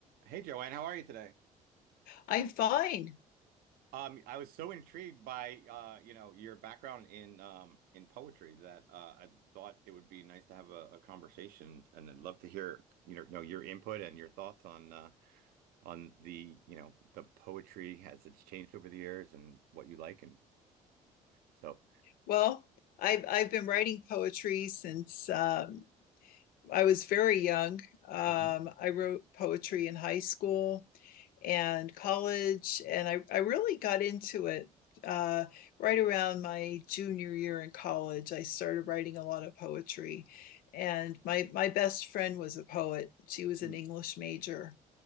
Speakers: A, on the right (about 75°); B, on the left (about 70°).
A: Hey Joanne, how are you today?
B: I'm fine.
A: Um, I was so intrigued by uh, you know, your background in um in poetry that uh, I thought it would be nice to have a, a conversation, and I'd love to hear you know, know your input and your thoughts on uh, on the you know the poetry as it's changed over the years and what you like and so.
B: Well, I've I've been writing poetry since um, I was very young. Um,
A: Mhm.
B: I wrote poetry in high school and college, and I, I really got into it uh, right around my junior year in college. I started writing a lot of poetry, and my my best friend was a poet. She was
A: Hmm.
B: an English major,